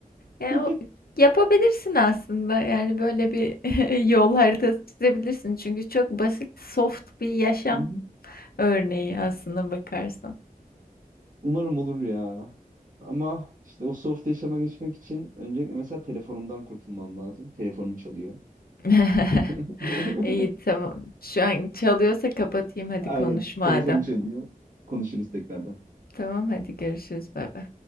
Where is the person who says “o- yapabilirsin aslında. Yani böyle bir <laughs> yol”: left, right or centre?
Left